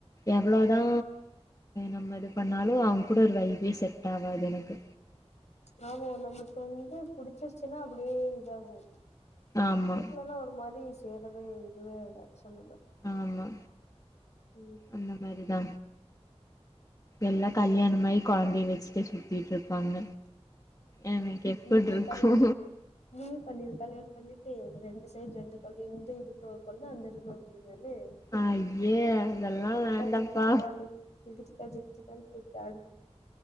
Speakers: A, on the left (about 30°); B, on the left (about 85°).
A: எவ்ளோதா நம்ம இதுப் பண்ணாலு அவங்க கூட ஒரு வைபே செட் ஆகாது எனக்கு
B: ஆமா நம்ளுக்கு வந்து புடிச்சிருச்சுன்னா அப்டியே இதாகு
A: ஆமா
B: புடிக்கலனா ஒரு மாரி சேரவே இதுவே சொல்லுங்க
A: ஆமா
B: ம்
A: அந்த மாரிதா எல்லா கல்யாணமாயி கொழந்தைய வெச்சுட்டு சுத்திட்ருக் பாங்க எனக்கு எப்புட்ருக்கு
B: நீயு கல்யாண நீயு பண்ணிரு கல்யாண பண்ணிட்டு ரெண்டு சைடு ரெண்டு கொழந்தய இந்த இடுப்புல ஒரு கொழந்த அந்த இடுப்புல ஒரு கொழந்தனு
A: ஐயே அதெல்லா வேண்டாப்பா
B: ஜிங்கு சிக்கான்னு ஜிங்கு ஜிக்கா ஜிங்கு ஜிக்கானு தூக்கிடு ஆடு